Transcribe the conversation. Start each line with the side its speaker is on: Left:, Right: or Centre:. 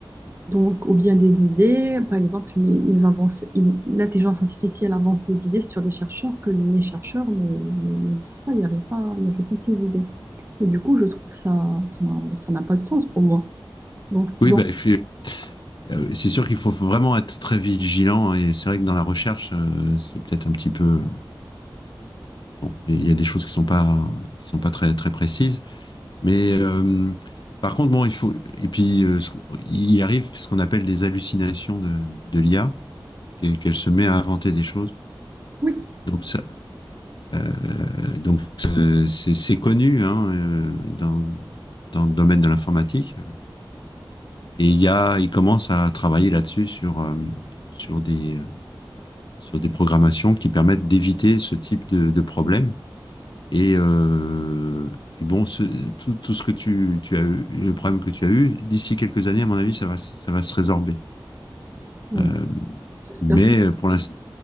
Right: Donc, ou bien des idées, par exemple, ils ils avancent, ils- l'intelligence artificielle avance des idées sur des chercheurs que les chercheurs ne, ne- ne disent pas, il n'y avait pas, il n'y avait pas ces idées. Et du coup, je trouve ça, enfin, ça n'a pas de sens pour moi. Donc,
Left: oui,
Right: bon,
Left: bah, je suis- euh, c'est sûr qu'il faut faut vraiment être très vigilant et c'est vrai que dans la recherche, euh, c'est peut-être un petit peu bon, il y a des choses qui sont pas qui sont pas très très précises. Mais euh, par contre, bon, il faut. Et puis, euh, ce- il arrive ce qu'on appelle des hallucinations de, de l'IA, qu'elle qu'elle se met à inventer des choses.
Right: oui,
Left: Donc, ça, euh, donc euh, c'est c'est connu hein, euh, dans, dans le domaine de l'informatique. Et il y a, il commence à travailler là-dessus sur, euh, sur des, euh, sur des programmations qui permettent d'éviter ce type de, de problème. Et, euh, et bon, ce- tout, tout ce que tu, tu as eu, le problème que tu as eu, d'ici quelques années, à mon avis, ça va, se- ça va se résorber.
Right: on-
Left: Euh,
Right: j'espère.
Left: mais euh, pour l'inst-